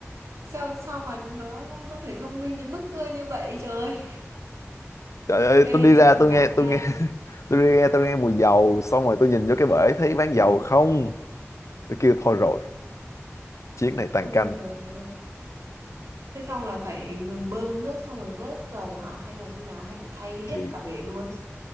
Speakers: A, on the right; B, on the left.
A: sao sao mà chúng nó có thể thông minh đến mức ờ, như vậy trời.
B: trời ơi
A: Ê
B: tôi đi ra
A: trầm
B: tôi
A: cảm
B: nghe
A: nha.
B: tôi nghe <laughs> tôi đi nghe tôi nghe mùi dầu xong rồi tôi nhìn vô cái bể thấy bán dầu không tôi kêu thôi rồi chiếc này tàn
A: Ôi
B: canh
A: trời ơi. Thế xong là phải ngừng bơm nước xong rồi vớt dầu hả hay là như nào hay phải thay hết
B: thì
A: cả bể luôn.